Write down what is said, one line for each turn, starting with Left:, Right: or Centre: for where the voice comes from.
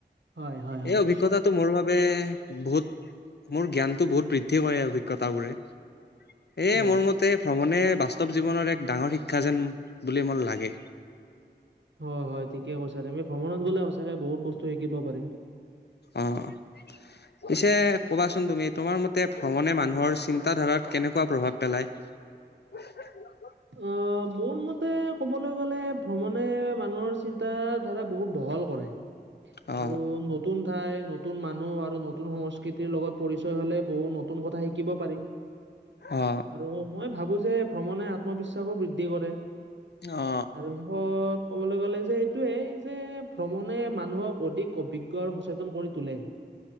Right: হয়, হয়, হয়।
Left: এই অভিজ্ঞতাটো মোৰ বাবে <unintelligible> বহুত মোৰ জ্ঞানটো বহুত বৃদ্ধি কৰে অভিজ্ঞতাবোৰে। এ
Right: হয়,
Left: মোৰ মতে ভ্ৰ মানে বাস্তৱ জীৱনৰ এক ডাঙৰ শিক্ষা যেন বুলি মোৰ লাগে।
Right: হয়, হয়। ঠিকে কৈছা তুমি, ভ্ৰমণত গ'লে সঁচাকে বহুত বস্তু শিকিব পাৰি।
Left: অঁ। পিছে কবাচোন তুমি তোমাৰ মতে ভ্ৰমণে মানুহৰ চিন্তাধাৰাত কেনেকুৱা প্ৰভাৱ পেলায়? <unintelligible>
Right: অঁ, মোৰ মতে ক'বলৈ গ'লে ভ্ৰমণে মানুহৰ চিন্তা ধাৰা বহুত বহল কৰে।
Left: অ
Right: আৰু নতুন ঠাই নতুন মানুহ আৰু নতুন সংস্কৃতিৰ লগত পৰিচয় হ'লে বহুত নতুন কথা শিকিব পাৰি।
Left: অ
Right: আৰু মই ভাবো যে ভ্ৰমণে আত্মবিশ্বাসো বৃদ্ধি কৰে।
Left: অ
Right: আৰু শেষত ক'বলৈ গ'লে যে এইটোৱেই যে ভ্ৰমণে মানুহক অধিক অভিজ্ঞ আৰু সচেতন কৰি তোলে।